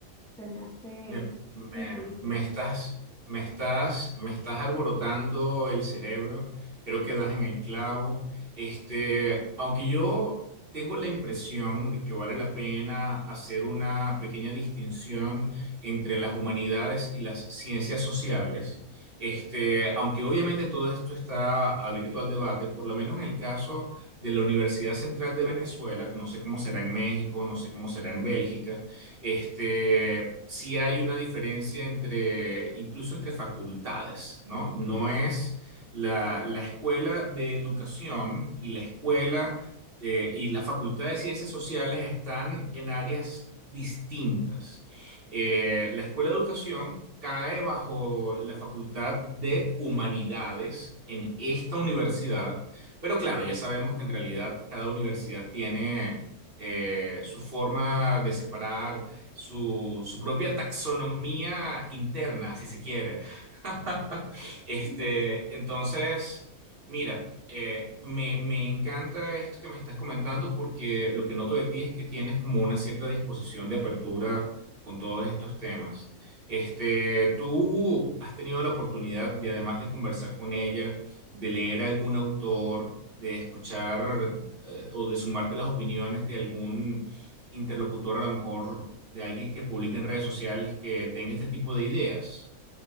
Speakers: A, in the centre; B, on the right (about 40°).
A: se me hace
B: Me, me-
A: increíble.
B: me estás, me estás, me estás alborotando el cerebro. Creo que das en el clavo. Este, aunque yo tengo la impresión de que vale la pena hacer una pequeña distinción entre las humanidades y las ciencias sociales. Este, aunque obviamente todo esto está abierto al debate, por lo menos en el caso de la Universidad Central de Venezuela, no sé cómo será en México, no sé cómo será en Bélgica. Este, sí hay una diferencia entre, incluso entre facultades, ¿no? No es la, la escuela de educación y la escuela eh, y la facultad de ciencias sociales están en áreas distintas. Eh, la escuela de educación cae bajo la facultad de humanidades en esta universidad, pero claro, ya sabemos que en realidad cada universidad tiene... eh, su forma de separar su, su propia taxonomía interna, si se quiere. <laughs> Este,
A: <laughs>
B: entonces, mira, eh, me, me encanta esto que me estás comentando porque lo que noto de ti es que tienes como una cierta disposición de apertura con todos estos temas. Este, ¿tú has tenido la oportunidad de, además de conversar con ella, de leer algún autor, de escuchar eh, o de sumarte las opiniones de algún interlocutor a lo mejor de alguien que publique en redes sociales que tenga este tipo de ideas.